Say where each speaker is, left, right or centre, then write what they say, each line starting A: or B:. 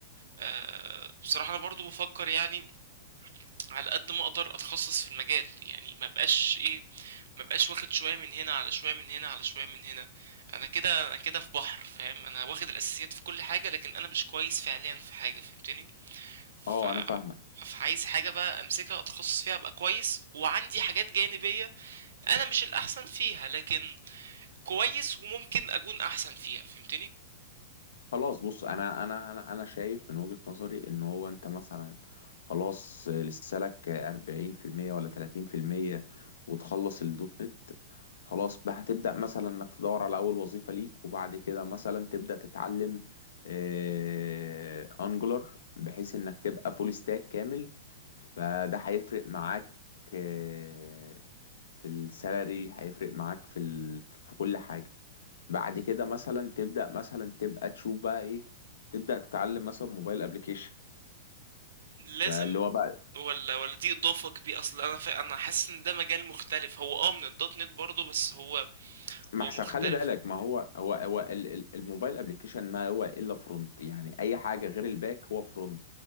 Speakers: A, on the right; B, on the left.
A: آه، بصراحة أنا برضو بفكر يعني على قد ما أقدر أتخصص في المجال يعني ما بقاش إيه ما بقاش واخد شوية من هنا على شوية من هنا على شوية من هنا أنا كده أنا كده في بحر فاهم أنا واخد الأساسيات في كل حاجة لكن أنا مش كويس فعليا في حاجة فهمتني ف...
B: اه انا فاهمك
A: فعايز حاجة بقى أمسكها أتخصص فيها أبقى كويس وعندي حاجات جانبية أنا مش الأحسن فيها لكن كويس وممكن أكون أحسن فيها فهمتني؟
B: خلاص بص انا انا انا انا شايف من وجهة نظري ان هو انت مثلا خلاص لسه لك 40% ولا 30% وتخلص الدوت نت خلاص بقى هتبدأ مثلا انك تدور على اول وظيفة ليك وبعد كده مثلا تبدأ تتعلم آه، انجولار بحيث انك تبقى فول ستاك كامل فده هيفرق معاك آه، في السالري هيفرق معاك في ال... في كل حاجة بعد كده مثلا تبدأ مثلا تبقى تشوف بقى ايه تبدأ تتعلم مثلا موبايل ابليكيشن
A: لازم
B: فاللي هو بقى
A: ولا ولا دي اضافه كبيره اصل انا فا... انا حاسس ان ده مجال مختلف هو اه من الدوت نت برضه بس هو
B: ما
A: هو
B: احسن
A: مختلف
B: خلي بالك ما هو هو هو ال- ال- الموبايل ابليكيشن ما هو الا فرونت يعني اي حاجة غير الباك هو فرونت